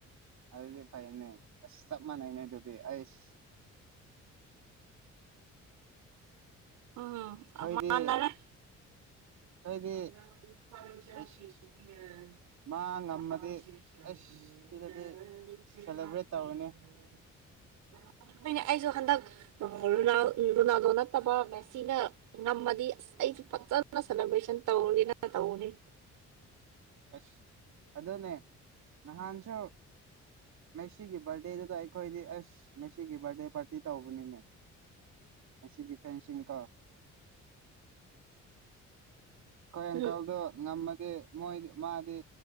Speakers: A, on the right (about 65°); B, on the right (about 85°).
A: ꯑꯗꯨꯗꯤ ꯐꯩꯅꯦ ꯑꯁ ꯆꯞ ꯃꯥꯟꯅꯩꯅꯦ ꯑꯗꯨꯗꯤ ꯑꯩꯁ
B: ꯎꯝ
A: ꯑꯩꯈꯣꯏꯗꯤ
B: ꯑ ꯃꯥꯅꯔꯦ <unintelligible>
A: ꯑꯩꯈꯣꯏꯗꯤ ꯑꯩꯁ ꯃꯥ ꯉꯝꯃꯗꯤ
B: <unintelligible>
A: ꯑꯁ ꯁꯤꯗꯗꯤ ꯁꯦꯂꯦꯕ꯭ꯔꯦꯠ ꯇꯧꯔꯅꯤ <inaudible>
B: ꯅꯦ ꯑꯩꯁꯨ ꯍꯟꯗꯛ ꯔꯣ ꯔꯣꯅꯥꯜꯗꯣ ꯅꯠꯇꯕ ꯃꯦꯁꯤꯅ ꯉꯝꯃꯗꯤ ꯑꯁ ꯑꯩꯁꯨ ꯐꯖꯅ ꯁꯦꯂꯦꯕ꯭ꯔꯦꯁꯟ ꯇꯧꯅꯤꯅ ꯇꯧꯅꯤ
A: ꯑꯁ ꯑꯗꯣꯅꯦ ꯅꯍꯥꯟꯁꯨ ꯃꯦꯁꯤꯒꯤ ꯕꯥꯔꯗꯦꯗꯨꯗ ꯑꯩꯈꯣꯏꯗꯤ ꯑꯁ ꯃꯦꯁꯤꯒꯤ ꯕꯥꯔꯗꯦ ꯄꯥꯔꯇꯤ ꯇꯧ ꯄꯨꯅꯤꯅꯦ ꯃꯦꯁꯤꯀꯤ ꯐꯦꯟ ꯁꯤꯡ ꯀꯣ ꯍꯣꯏ
B: ꯎꯝ
A: ꯑꯪꯀꯜꯗꯣ ꯉꯝꯃꯗꯤ ꯃꯣꯏꯗꯤ ꯃꯥꯗꯤ